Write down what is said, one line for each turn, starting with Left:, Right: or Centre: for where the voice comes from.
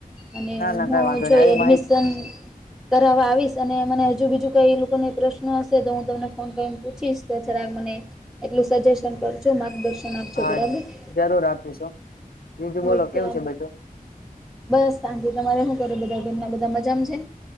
Centre: અને
Left: ના ના
Centre: હું
Left: કઈ વાંધો
Centre: જોઈ
Left: નહી આવી
Centre: એડમિશન,
Left: માહિતી
Centre: કરાવવા આવીશ અને મને હજુ બીજું કઈ લોકોને પ્રશ્ન હશે તો હું તમને ફોન કરીને પૂછીશ તો જરાક મને એટલું સજેશન કરજો, માર્ગદર્શન આપજો
Left: હા
Centre: બરાબર,
Left: જરૂર આપીશું. બીજું બોલો
Centre: ઓકે
Left: કેવું છે બધું
Centre: બસ શાંતિ તમારે શું કરો, બધા ઘરના બધા મજામાં છે.